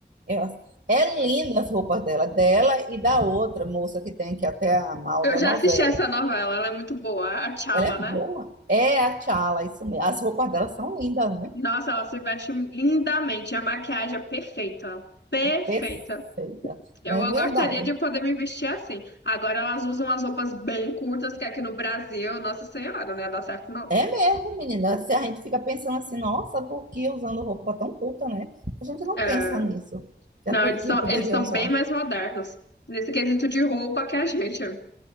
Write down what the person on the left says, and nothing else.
Eu
já
assisti essa novela, ela é muito boa, a Chala,
né?
Nossa, ela se veste lindamente. A maquiagem é perfeita. Perfeita.
Eu
gostaria de poder me vestir assim. Agora elas usam as roupas bem curtas, que aqui no Brasil, Nossa Senhora, não ia dar certo, não.
É,
Não,
eles são,
eles estão
bem mais modernos nesse quesito de roupa que a gente.